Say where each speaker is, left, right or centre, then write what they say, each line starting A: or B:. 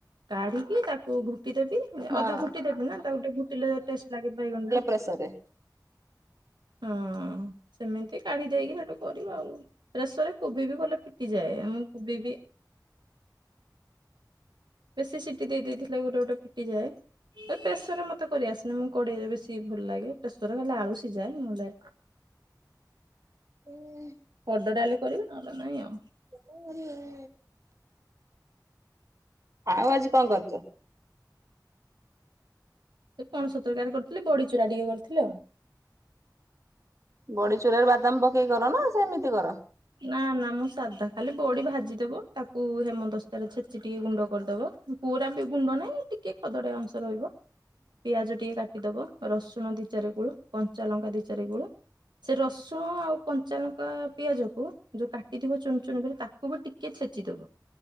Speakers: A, on the right; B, on the right.
A: କାଢ଼ିକି ତାକୁ ଘୁଟି ଦେବି
B: ହଁ।
A: ଅଧା ଘୁଟି ଦେବି ନା ତାକୁ ଟିକେ ଘୁଟିଲେ ଟେଷ୍ଟ ଲାଗେ ବାଇଗଣ ଟା।
B: ଏସରେ।
A: ହଁ ସେମିତି କାଢ଼ି ଦେଇକି ସେଠୁ କରିବ ଆଉ। ପ୍ରସରରେ କୋବି ବି କଲେ ଫିଟିଯାଏ ଆମ କୋବି ବି ବେଶୀ ସିଟି ଦେଇ ଦେଇଥିଲେ ଗୋଟେ ଗୋଟେ ଫିଟିଯାଏ। ଏ ପ୍ରେସରରେ ମତେ କରି ଆସେନି ମୁଁ କଡ଼େଇରେ ବେଶୀ ଭଲ ଲାଗେ ପ୍ରେସରରେ ଖାଲି ଆଳୁ ସିଝାଏ ନହେଲେ
B: ହୁଁ।
A: ପୋଡ଼ ଡାଲି କରିବି ନହେଲେ ନାଇଁ ଆଉ।
B: ମୋରିଆ ଆଉ ଆଜି କଣ କରୁଛ?
A: ସେ ପଣସ ତରକାରୀ କରିଥିଲି ବଡି ଚୁରା ଟିକେ କରିଥିଲେ ଆଉ।
B: ବଡି ଚୁରାରେ ବାଦାମ ପକେଇ କର ନା ସେମିତି କର?
A: ନା ନା ମୁଁ ସାଧା ଖାଲି ବଡି ଭାଜିଦବ ତାକୁ ହେମ ଦସ୍ତାରେ ଛେଚି ଟିକେ ଗୁଣ୍ଡ କରିଦବ ପୁରା ବି ଗୁଣ୍ଡ ନାହିଁ ଟିକେ ଖଦଡା ଅଂଶ ରହିବ। ପିଆଜ ଟିକେ କାଟିଦବ ରସୁଣ ଦି ଚାରି ଗୋଳୁ କଞ୍ଚାଲଙ୍କା ଦି ଚାରି ଗୁଳୁ ସେ ରସୁଣ ଆଉ କଞ୍ଚା ଲଙ୍କା ପିଆଜକୁ ଯୋଉ କାଟିଥିବ ଚୁନ ଚୁନ କରି ତାକୁ ବି ଟିକେ ଛେଚିଦବ।